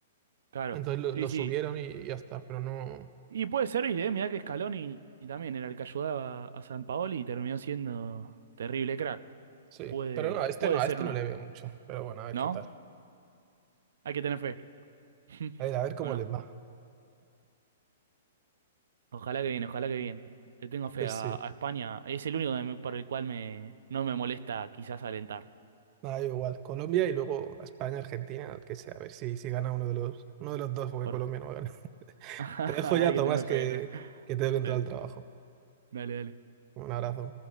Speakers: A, on the right (about 75°); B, on the right (about 25°).
A: Claro.
B: Entonces lo,
A: Sí,
B: lo
A: sí.
B: subieron y, y ya está, pero no,
A: Y puede servir, ¿eh? Mirá que Scaloni y también era el que ayudaba a San Paoli y terminó siendo terrible crack.
B: sí,
A: Puede,
B: pero no, a este
A: puede
B: no, a
A: ser
B: este
A: una,
B: no le veo mucho, pero bueno, a ver
A: ¿no?
B: qué tal.
A: Hay que tener fe. <laughs>
B: A ver, a ver cómo
A: Bueno,
B: les va.
A: ojalá que bien, ojalá que bien. Le tengo fe
B: Pues
A: a,
B: sí.
A: a España. Es el único que me- por el cual me, no me molesta quizás alentar.
B: Nada, yo igual, Colombia y luego España, Argentina, el que sea, a ver si, si gana uno de los, uno de los dos, porque
A: Por...
B: Colombia no va a ganar. <laughs>
A: <laughs>
B: Te dejo
A: Hay
B: ya,
A: que
B: Tomás,
A: tenerle
B: que,
A: fe. ta.
B: que tengo que
A: Dale,
B: entrar al trabajo.
A: dale, dale.
B: Un abrazo.